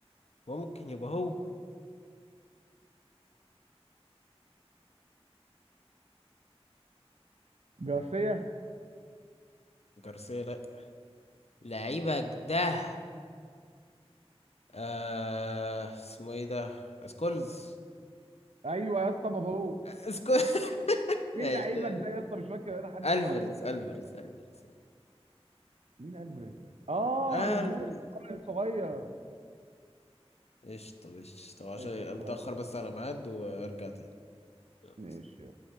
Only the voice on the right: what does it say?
جارسيا
ايوه يا اسطى بابالو
مين
لعيبك ده يا اسطى مش فاكر انا حد
خلاص وقت
مين الفاريز ده اه
الفاريز الصغير
قشطه
ماشي